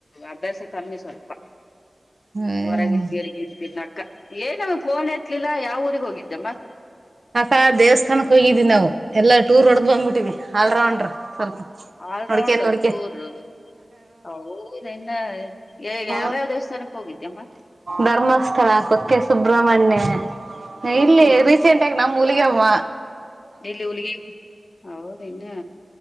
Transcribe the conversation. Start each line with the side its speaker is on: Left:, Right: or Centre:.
Left: ಅಭ್ಯಾಸ ಕಮ್ಮಿ ಸ್ವಲ್ಪ <inaudible>
Right: ಹ್ಮ್
Left: ಹೊರಗಗ ಏ ನವುಫೋನೆ <inaudible> ಲೀಲಾ ಯಾವ ಊರಿಗೆ ಹೋಗಿದೆಮ್ಮ.
Right: ಅಕ ದೇವಸ್ಥಾನಕ್ ಹೋಗಿದೀವಿ ನಾವು ಎಲ್ಲಾ ಟೂರ್ ಒಡೆದ ಬಂದ್ಬಿಟ್ಟಿವವಿ ಆಲ್ರೌಂಡ್ರ ಸ್ವಲ್ಪ
Left: ಆಲ್ರೌಂಡರ್
Right: ನೋಡ್ಕೇನ್ ನೋಡ್ಕೇನ್
Left: ಟೂರ್ಊರ್ನ್ನ ಹೌದೇನೋ ಹೇಳು
Right: ಹ
Left: ಯಾವ ಯಾವ ದೇವಸ್ಥಾನಕ್ ಹೋಗಿದ್ದೆ
Right: ಧರ್ಮಸ್ಥಳ ಕೊಕ್ಕೆ ಸುಬ್ರಹ್ಮಣ್ಯ
Left: ಹ್ಮ್
Right: ಇಲ್ಲಿ ರೀಸೆಂಟ್ ಆಗ ನಮ ಮುನಿಗವ
Left: ಎಲ್ಲಿ ಹುಲಿ ಹದನು